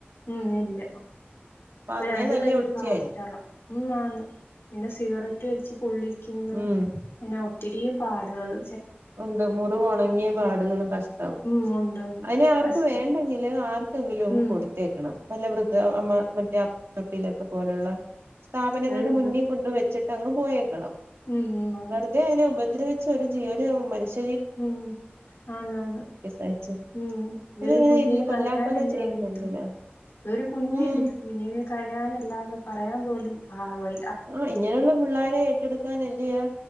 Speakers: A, on the left; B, on the right.
A: ഉം ഇല്ല ഇപ്പൊ
B: അന്നേ
A: രണ്ട്
B: തല്ലി
A: കൈയും
B: ഒടിച്ചായിരിക്കും
A: പ്ലാസ്റ്ററാ ഉം ആണ് പിന്നെ സിഗററ്റ് വെ ച്ച് പൊള്ളി ക്കുന്ന
B: ഉം
A: ഇങ്ങനെ. ഒത്തിരിയും പാടുകള്.
B: ഉണ്ട് മുറിവൊണങ്ങിയ പാടുകളും കഷ് ടം
A: ഉം ഉണ്ട് ഉണ്ട്
B: അതിനെ അവർക്ക്
A: പ്രശ്നം
B: വേണ്ടെങ്കില് ആർക്കെങ്കിലും അങ്ങ്
A: ഉം
B: കൊടുത്തേക്കണം നല്ല വൃദ്ധ അമ്മ മറ്റേ തൊട്ടില പോലുള്ള സ്ഥാപനങ്ങളുടെ
A: ഇത്രയും ഉപ
B: മുന്നിൽ കൊണ്ടുവച്ച് ച്ചിട്ടങ്ങ് പോയേ ക്കണം
A: ഉം ഉം. ആണ്.
B: വെറുതെ അതിനെ ഉപദ്രവി ച്ച് ഒരു ജീവ <unintelligible> മനുഷ്യ
A: ഉം ആണ് ആണ്
B: സഹിച്ചെ
A: ഉ അതൊരു
B: അതിനിങ്ങനെ
A: കുഞ്ഞിന്
B: ഇല്ല കൊല്ലാക്കൊല
A: കരയാനല്ലേ
B: ചെയ്യുന്നെ
A: അറിയത്തൊള്ളൂ
B: എന്തിനാ
A: അതൊരു കുഞ്ഞല്ലേ
B: ഉം
A: കുഞ്ഞിന് കരയാനല്ലാതെ പറയാൻ പോലും ആഹ വൈ
B: ഓ ഇങ്ങനെയുള്ള പിള്ളേരെ ഏറ്റെടുക്കാനെ ചെയ്യാ